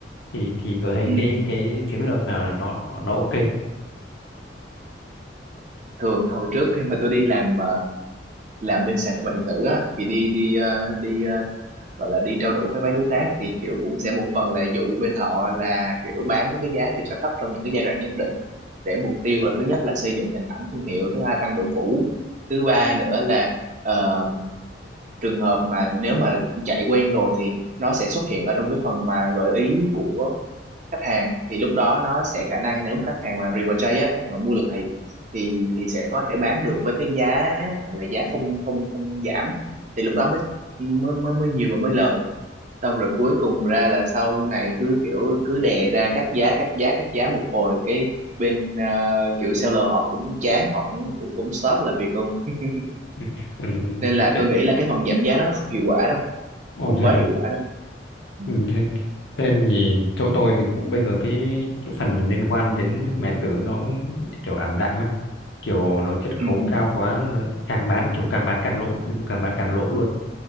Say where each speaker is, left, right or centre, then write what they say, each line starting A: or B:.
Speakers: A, on the left; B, on the right.
A: thì thì cậu thấy
B: ừ
A: cái cái chiến lược là nó nó ok
B: thường hồi trước khi mà tôi đi làm ờ, làm bên sàn thương mại điện tử á thì đi đi ờ, đi ờ, gọi là đi trao đổi với mấy đối tác thì kiểu cũng sẽ một phần là dụ bên họ là kiểu bán với cái giá thì sẽ thấp trong những cái giai đoạn nhất định để mục tiêu là thứ nhất là xây dựng hình ảnh thương hiệu thứ hai tăng độ phủ thứ ba nữa là ờ, trường hợp mà nếu mà chạy quen rồi thì nó sẽ xuất hiện ở trong cái phần mà gợi ý của khách hàng thì lúc đó nó sẽ khả năng nếu khách hàng là repurchase á khách hàng mà mua lại thì thì sẽ có thể bán được với cái giá gọi là giá không không không giảm thì lúc đó mới mới mới, mới nhiều và mới lời xong rồi cuối cùng ra là sau cái này cứ kiểu cứ đè ra cắt giá cắt giá cắt giá một hồi cái bên ờ, kiểu seller họ cũng chán họ cũng cũng cũng stop làm việc luôn <laughs>
A: ừ. Ừ.
B: nên là
A: Vậy-
B: tôi nghĩ là cái phần giảm giá đó nó không hiệu quả đâu
A: Ồ
B: không
A: thế
B: quá
A: à?
B: hiệu quả đâu ừ
A: Ừ, thế, thế thì chỗ tôi thì cũng bây giờ cái, cái phần liên quan đến thương mại điện tử nó cũng kiểu ảm đạm ấy kiểu nó chiết khấu
B: ừ
A: cao quá càng bán kiểu càng bán càng lỗ đúng càng bán càng lỗ luôn